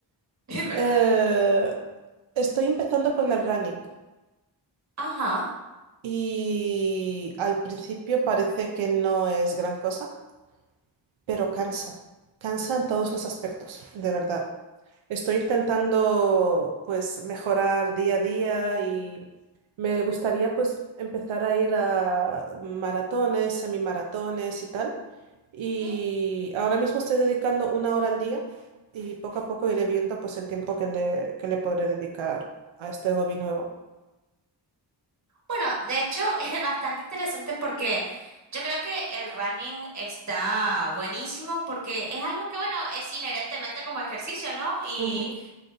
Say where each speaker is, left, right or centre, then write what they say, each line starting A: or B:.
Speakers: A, on the right; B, on the right.
A: <laughs> ¿Verdad?
B: Eh, estoy empezando con el running
A: Ajá.
B: y al principio parece que no es gran cosa, pero cansa. Cansa en todos los aspectos, de verdad. Estoy intentando pues mejorar día a día y me gustaría pues empezar a ir a maratones, semimaratones y tal. Y
A: Ujú.
B: ahora mismo estoy dedicando una hora al día y poco a poco iré viendo pues el tiempo que le, que le podré dedicar a este hobby nuevo.
A: Bueno, de hecho <laughs> es bastante interesante porque yo creo que el running está buenísimo porque es algo que, bueno, es inherentemente como ejercicio, ¿no? Y
B: Ujú.